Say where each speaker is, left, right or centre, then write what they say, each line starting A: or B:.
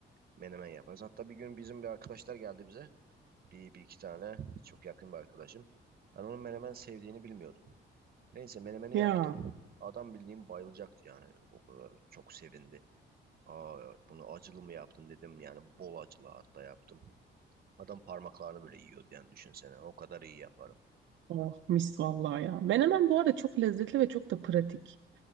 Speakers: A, on the right; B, on the right.
A: menemen yaparız. Hatta bir gün bizim bir arkadaşlar geldi bize. bir, bir iki tane çok yakın bir arkadaşım. Ben onun menemen sevdiğini bilmiyordum. Neyse menemeni
B: ya
A: yaptım. Adam bildiğim bayılacaktı yani. O kadar çok sevindi. Aa, bunu acılı mı yaptın dedim. Yani bol acılı hatta yaptım. Adam parmaklarını böyle yiyordu yani düşünsene. O kadar iyi yaparım.
B: oh mis vallahi ya. Menemen bu arada çok lezzetli ve çok da pratik.